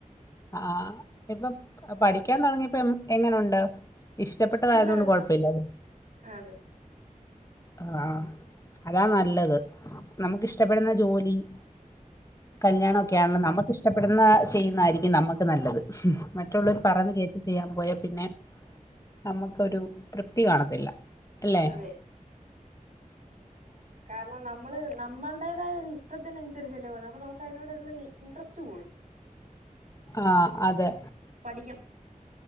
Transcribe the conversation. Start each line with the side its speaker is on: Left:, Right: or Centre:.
Left: ആഹ് ഇപ്പൊ പഠിക്കാൻ തൊടങ്ങിയപ്പം എങ്ങനോണ്ട്- ഇഷ്ടപ്പെട്ടതായത്കൊണ്ട്
Right: നല്ല
Left: കൊഴപ്പല്ലില്ലേ-
Right: അതെ
Left: ആഹ് അതാ നല്ലത് നമുക്കിഷ്ടപ്പെടുന്ന ജോലി- കല്യാണമൊക്കെയാണല്ലോ നമുക്ക് ഇഷ്ടപ്പെടുന്ന ചെയ്യുന്നതായിരിക്കും നമുക്ക് നല്ലത് മറ്റുള്ളവർ
Right: അതെ
Left: പറയുന്ന കേട്ട്- ചെയ്യാൻ പോയാ പിന്നെ നമ്മുക്കൊരു തൃപ്തി കാണത്തില്ല- അല്ലേ
Right: അതെ
Left: -
Right: കാരണം നമ്മള് നമ്മളടേതായ ഒരു ഇഷ്ടത്തിനനുസരിച്ചല്ലേ ഓരൊ- അപ്പൊ നമുക്ക് അതിനോടുള്ള ഇൻട്രസ്റ്റ് കൂടും-
Left: ആഹ് അതെ
Right: പഠിക്കും